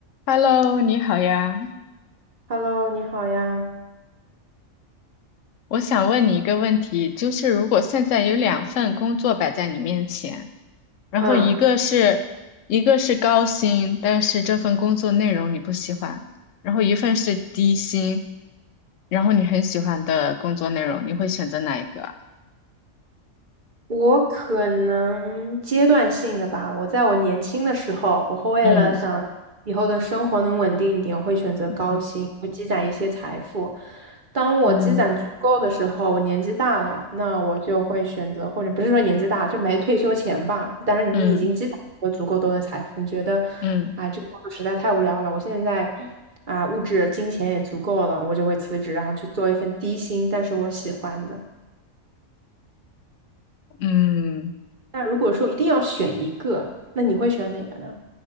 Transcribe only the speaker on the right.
Hello，你好呀。
嗯，
我可能阶段性的吧。我在我年轻的时候，我会为了想以后的生活能稳定一点，
我会选择高薪，
会积攒一些财富。当我积攒足够的时候，
我年纪大了，那我就会选择，或者不是说年纪大就没退休前吧。但是你已经积攒了足够多的财富，
你觉得
啊，这个工作实在太无聊了，我现在啊物质金钱也足够了，我就会辞职，然后去做一份低薪，但是我喜欢的。
但如果说一定要选一个，那你会选哪个呢？